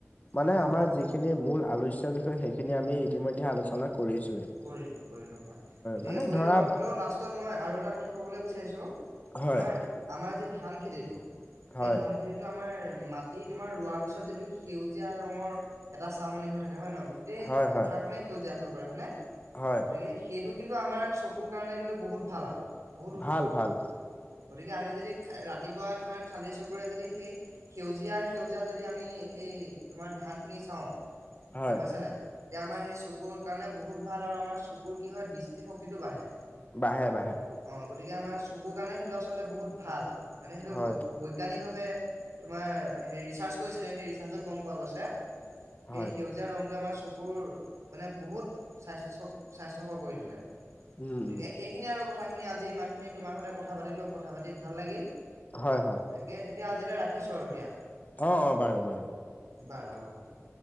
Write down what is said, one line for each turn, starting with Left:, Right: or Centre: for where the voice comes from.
Left: মানে
Right: হয়
Left: আমাৰ
Right: হয় হয়
Left: যিখিনি মূল আলোচ্য বিষয় সেইখিনি আমি ইতিমধ্যে আলোচনা কৰিছোৱে।
Right: কৰিলো, কৰিলো হয় গতিকে
Left: মানে
Right: কৰিলো
Left: ধৰা
Right: বাৰু হ'লেও লাষ্টত মই আৰু এটা কথা ক'বলৈ বিচাৰিছো
Left: হয়
Right: তোমাৰ আমাৰ যি ধান খেতিটো সেই
Left: হয়
Right: ধান খেতিটো আমাৰ মাটি তোমাৰ ৰোৱাৰ পিছত যিটো সেউজীয়া ৰঙৰ এটা চামনি হৈ থাকে হয় ন' গোটেই
Left: হয়
Right: পথাৰ
Left: হয়
Right: খনে সেউজীয়া হৈ পৰে হয়নে
Left: হয়
Right: গতিকে সেইটো কিন্তু আমাৰ চ কুৰ কাৰণে কিন্তু বহুত ভাল আকৌ, বহুত উপযোগী।
Left: ভাল ভাল
Right: গতিকে আমি যদি ৰাতিপুৱা তোমাৰ খালী চকুৰে যদি সেই সেউজীয়া সেউজীয়া যদি আমি সেই তোমাৰ ধান খিনি চাওঁ
Left: হয়
Right: গম পাইছানে নাই এতিয়া আমাৰ সেই চকুৰ কাৰণে বহুত ভাল আৰু আমাৰ চকুৰ কি হয় দৃষ্টিশক্তিটো বাঢ়ে।
Left: বাঢ়ে, বাঢ়ে।
Right: অ গতিকে আমাৰ চকুৰ কাৰণে সেইটো আচলতে বহুত ভাল মানে সেইটো
Left: হয়
Right: বৈজ্ঞানিক ভাৱে তোমাৰ ৰিচাৰ্ছ কৰিছিলে সেই ৰিচাৰ্ছত গম পোৱা গৈছে সেই
Left: হয়
Right: সেউজীয়া ৰংটোৱে আমাৰ চকুৰ মানে বহুত স্বাস্থ্য-স্বাস্থ্যকৰ কৰি তোলে
Left: উম
Right: গতিকে
Left: উম
Right: সেইখিনি আৰু কথা খিনি আজি ইমান খিনি তোমাৰ সৈতে কথা পাতিলো কথা পাতি ভাল লাগিল,
Left: হয় হয়
Right: তাকে তেতিয়া আজিলৈ ৰাখিছো আৰু দিয়া।
Left: অ', অ', বাৰু, বাৰু।
Right: বাৰু, বাৰু দিয়া।